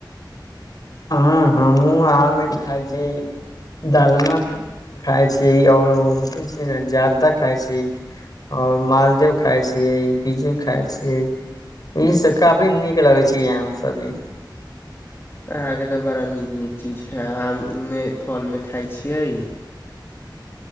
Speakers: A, on the left; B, on the left.
A: हँ हमहूँ आमे खाय छियै दालमा के खाइ छियै आओर ओहो मे छियै न जरदा खाइ छियै आओर मालदेव खाइ छियै बिज्जू खाइ छियै ई सब काफी निक लगै छै ई आम सब ई
B: अहाँके तऽ बड़ा नीक नीक चीज खे आम मे फल मे खाय छियै